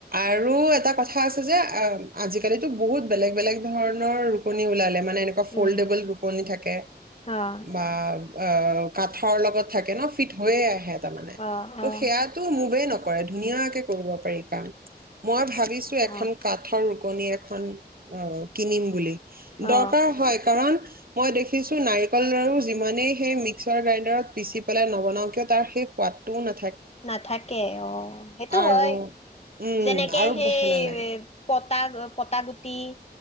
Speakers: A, on the right (about 60°); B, on the left (about 35°).
A: আৰু এটা কথা কথা আছে যে অ', আজিকালিতো বহুত বেলেগ বেলেগ ধৰণৰ ৰুকণি ওলালে মানে এনেকুৱা ফ'লডেবল
B: উম
A: ৰুকণি থাকে
B: অ
A: বা অ', কাঠৰ লগত থাকে ন' ফিট হৈয়ে আহে। তাৰমানে
B: অ
A: তো
B: অ
A: সেইয়াটো মুভে নক কৰে। ধুনীয়াকে কৰিব পা মই ভাবিছো এখন
B: অ
A: কাঠৰ ৰুক। ফনি এখন অ' কিনিম বুলি দৰকাৰ
B: অ
A: হয়। কাৰণ, মই দেখিছো নাৰিকল লাৰু যিমানেই সেই মিক্সাৰ গ্ৰাইণ্ডাৰত পিচি পেলাই নবনাওঁ কিয় তাৰ সেই সোৱাদটোও নাথ
B: নাথাকে। অ' সেইটো
A: আৰু
B: হয়।
A: উম
B: যেনেকে
A: আৰু
B: হেই
A: ভাল নালাগে
B: পতাক পটা গুটি